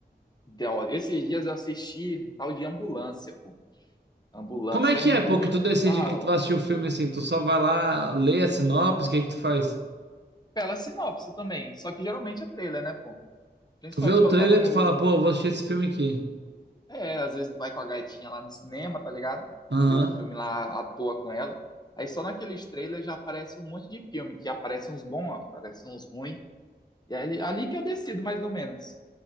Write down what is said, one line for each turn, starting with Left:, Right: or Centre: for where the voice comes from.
Left: de- ó, esses dias eu assisti um tal de Ambulância, pô. Ambulância
Right: Como é que
Left: é muito
Right: é, pô, que tu decide
Left: da
Right: que tu
Left: hora.
Right: vai assistir o filme assim? Tu só vai lá, lê a sinopse, o que é que tu faz?
Left: Pela sinopse também, só que geralmente é trailer, né, pô? Principalmente
Right: Tu vê o
Left: quando
Right: trailer,
Left: eu tava no
Right: tu fala, pô, eu vou assistir esse filme aqui.
Left: É, às vezes tu vai com a gatinha lá no cinema, tá ligado?
Right: Aham.
Left: Vê um filme lá à toa com ela. Aí só naqueles trailers já aparece um monte de filme, que aparecem uns bons, aparecem uns ruins. E aí, ali ali que eu decido, mais ou menos.